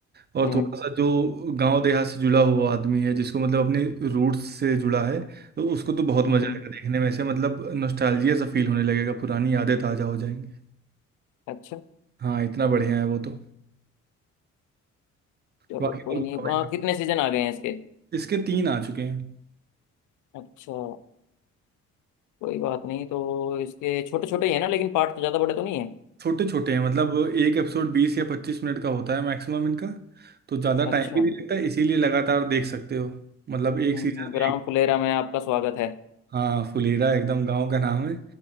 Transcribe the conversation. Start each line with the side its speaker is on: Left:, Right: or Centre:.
Right: और
Left: हम्म
Right: थोड़ा सा जो गांव देहात से जुड़ा हुआ आदमी है जिसको मतलब अपने रूट्स से जुड़ा है तो उसको तो बहुत
Left: हम्म
Right: मजा आएगा देखने में ऐसे मतलब नॉस्टैल्जिया सा फील होने लगेगा पुरानी यादें ताजा हो जाएंगी
Left: अच्छा
Right: हाँ इतना बढ़िया है वो तो
Left: चलो
Right: बाकी
Left: कोई
Right: और बताओ
Left: नहीं
Right: भाई
Left: आ, कितने सीजन आ गए हैं इसके
Right: इसके तीन आ चुके हैं
Left: अच्छा कोई बात नहीं तो इसके छोटे छोटे ही है ना लेकिन पार्ट तो ज़्यादा बड़े तो नहीं है
Right: छोटे छोटे हैं मतलब एक एपिसोड बीस या पच्चीस मिनट का होता है मैक्सिमम इनका तो ज़्यादा टाइम
Left: अच्छा
Right: भी नहीं लगता इसीलिए लगातार देख सकते हो मतलब एक
Left: हम्म,
Right: सीजन
Left: ग्राम
Right: एक
Left: फुलेरा में आपका स्वागत है
Right: हाँ फुलेरा एकदम गांव का नाम है